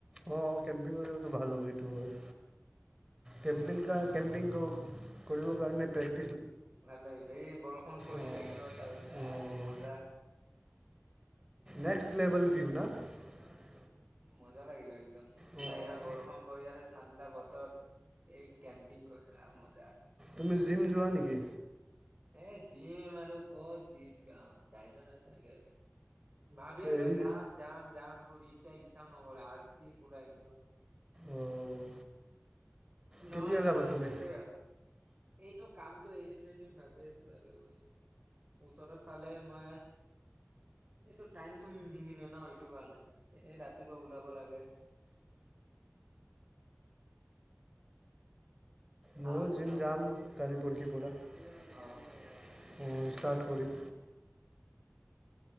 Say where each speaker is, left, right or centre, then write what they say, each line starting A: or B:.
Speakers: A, on the right; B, on the right.
A: অ' কেম্পিং কৰিলেতো ভাল হ'ব এইটো হয়, কেম্পিং কাৰ কেম্পিং ক কৰিবৰ কাৰণে প্ৰেক
B: ভাল লাগিব এই বৰষুণ পৰি
A: অঁ
B: থাকিব তাৰপিছত
A: অঁ
B: কি মজা। উম।
A: নেক্সট <unintelligible>
B: মজা লাগিব একদ <unintelligible>
A: অঁ
B: বাহিৰত বৰষুণ পৰি আছে ঠাণ্ডা বতৰ, এই কেম্পিং কৰা এ মজা।
A: তুমি জিম যোৱা নেকি।
B: এ জিম আৰু ক'ত জিম যাম টাইমে নাথাকে। ভাবি আছো
A: হেৰি
B: যাম যাম যাম এতিয়া ইচ্ছাও নকৰে আলছি পুৰা একদম।
A: অঁ
B: নহয়
A: কেতিয়া যাবা
B: মই
A: তুমি
B: এতিয়া যে, এইটো কামটো এৰিম এৰিম <unintelligible> ওচৰত পালে মই, এইটো টাইমটো নিমিলে ন এইটো কাৰণে, এই ৰাতিপুৱা ওলাব লাগে।
A: মইয়ো
B: আহোতে
A: জিম
B: আহোতে
A: যাম কা <unintelligible>
B: অ
A: অ' ষ্টাৰ্ট কৰিম।